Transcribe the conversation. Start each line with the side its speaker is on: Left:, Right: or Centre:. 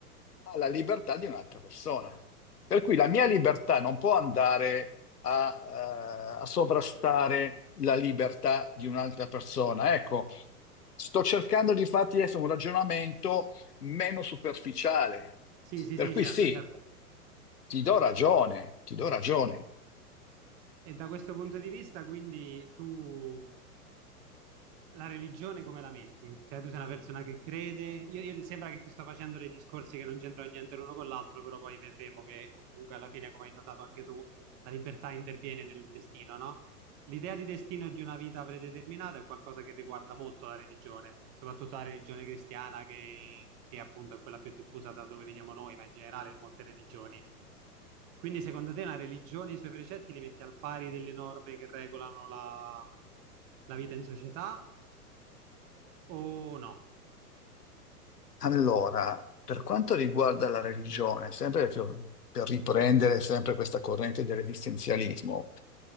Left: alla libertà di un'altra persona. Per cui la mia libertà non può andare a, eh, a sovrastare la libertà di un'altra persona. Ecco, sto cercando di farti adesso un ragionamento meno superficiale.
Right: Sì, sì,
Left: Per
Right: sì,
Left: cui
Right: certo,
Left: sì,
Right: certo.
Left: ti do ragione, ti do ragione.
Right: E da questo punto di vista, quindi tu la religione come la metti? Cioè, tu sei una persona che crede. Io, io- sembra che ti sto facendo dei discorsi che non c'entrano niente l'uno con l'altro, però poi vedremo che comunque alla fine, come hai notato anche tu, la libertà interviene nel destino, no? L'idea di destino e di una vita predeterminata è qualcosa che riguarda molto la religione, soprattutto la religione cristiana, che, che appunto è quella più diffusa da dove veniamo noi, ma in generale molte religioni. Quindi, secondo te, la religione e i suoi precetti li metti al pari delle norme che regolano la, la vita in società? Oh no,
Left: Allora, per quanto riguarda la religione, sempre per per riprendere sempre questa corrente dell'esistenzialismo,